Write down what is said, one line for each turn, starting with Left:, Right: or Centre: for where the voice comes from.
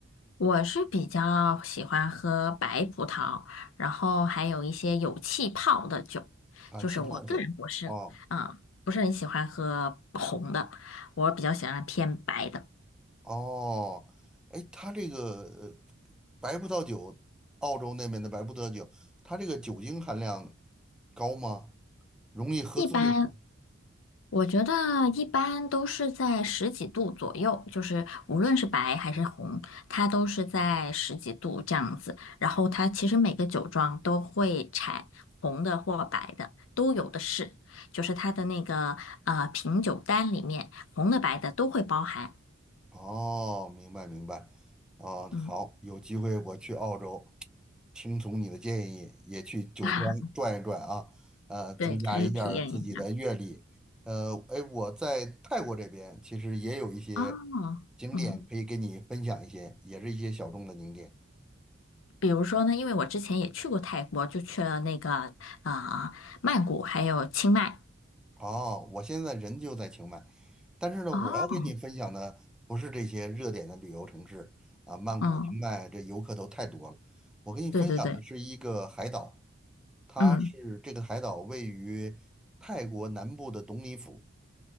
Left: 我是比较喜欢喝白葡萄，然后还有一些有气泡的酒，
Centre: 啊气泡酒啊，
Left: 就是我个人不是，嗯，不是很喜欢喝红的，我比较喜欢偏白的。
Centre: 哦，哎，它这个呃白葡萄酒，澳洲那边的白葡萄酒，它这个酒精含量高吗？容易喝醉吗？
Left: 一般我觉得一般都是在十几度左右，就是无论是白还是红，它都是在十几度这样子。然后它其实每个酒庄都会产红的或白的，都有的是，就是它的那个呃品酒单里面，红的白的都会包含。
Centre: 哦，明白明白，啊，好，
Left: 嗯
Centre: 有机会我去澳洲，听从你的建议，也去酒庄转一转啊，
Left: <laughs>，
Centre: 呃，增加一下儿自己的阅历。
Left: 对，可以体验一下。
Centre: 呃，哎，我在泰国这边其实也有一些
Left: 哦，
Centre: 景点可以给你分享一些，
Left: 嗯，
Centre: 也是一些小众的景点。
Left: 比如说呢，因为我之前也去过泰国，就去了那个啊、呃曼谷还有清迈。
Centre: 哦，我现在人就在清迈，但是呢，
Left: 哦，
Centre: 我要跟你分享的不是这些热点的旅游城市啊，曼谷、
Left: 嗯。
Centre: 清迈这游客都太多了。我跟你分享的是一个海岛，
Left: 对对对，
Centre: 它是这个海岛位于泰国南部的董里府，
Left: 嗯，